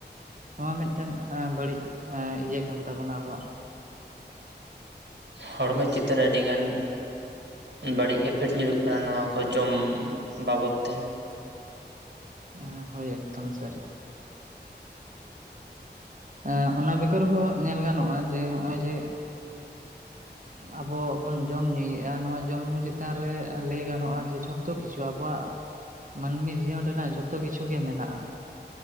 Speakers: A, on the right; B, on the right.
A: ᱱᱚᱣᱟ ᱢᱤᱫᱴᱮᱱ ᱵᱟᱹᱲᱤᱡ ᱤᱭᱟᱹ ᱠᱟᱱ ᱛᱟᱵᱚᱱᱟ ᱟᱵᱚᱣᱟᱜ
B: ᱦᱚᱲᱢᱚ ᱪᱤᱛᱟᱹᱨ ᱨᱮ ᱟᱹᱰᱤᱜᱟᱱ ᱵᱟᱹᱲᱤᱡ ᱤᱯᱷᱮᱠᱴ ᱧᱩᱨᱩᱜ ᱠᱟᱱᱟ ᱱᱚᱣᱟ ᱠᱚ ᱡᱚᱢ ᱵᱟᱵᱚᱛ ᱛᱮ
A: ᱦᱮᱸ ᱦᱳᱭ ᱮᱠᱫᱚᱢ ᱥᱟᱹᱨᱤ ᱮᱸ ᱚᱱᱟ ᱵᱮᱜᱚᱨ ᱦᱚᱸ ᱧᱮᱞ ᱜᱟᱱᱚᱜᱼᱟ ᱡᱮ ᱱᱚᱜᱼᱚᱭ ᱡᱮ ᱟᱵᱚ ᱵᱚᱱ ᱡᱚᱢ ᱧᱩᱭᱮᱫᱼᱟ ᱱᱚᱣᱟ ᱡᱚᱢ ᱧᱩ ᱪᱮᱛᱟᱱ ᱨᱮ ᱞᱟᱹᱭ ᱜᱟᱱᱚᱜᱼᱟ ᱡᱮ ᱡᱷᱚᱛᱚ ᱡᱚᱛᱚ ᱠᱤᱪᱷᱩ ᱟᱵᱚᱣᱟᱜ ᱢᱟᱹᱱᱢᱤ ᱡᱤᱭᱚᱱ ᱨᱮᱱᱟᱜ ᱡᱷᱚᱛᱚ ᱠᱤᱪᱷᱩ ᱜᱮ ᱢᱮᱱᱟᱜᱼᱟ